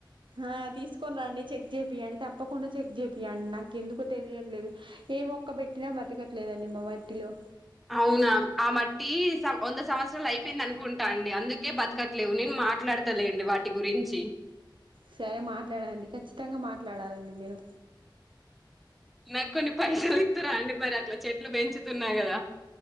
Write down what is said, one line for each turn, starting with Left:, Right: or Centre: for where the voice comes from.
Right: ఆ తీసుకొని రండి చెక్ చేపియండి తప్పకుండా చెక్ చేపియండి నాకు ఎందుకో తెలియట్లేదు ఏ మొక్క పెట్టినా బ్రతకట్లేదండి మా మట్టిలో
Centre: అవునా ఆ మట్టి సవ్ వంద సంవత్సరాలు అయిపోయింది అనుకుంటా అండి అందుకే బతకట్లేవు నేను మా మాట్లాడతలేండి వాటి గురించి
Right: సరే మాట్లాడండి ఖచ్చితంగా మాట్లాడాలండి మీరు
Centre: నాకు కొన్ని పైసాలు ఇత్తర అండి మరి అట్లా చెట్లు పెంచుతున్నా కదా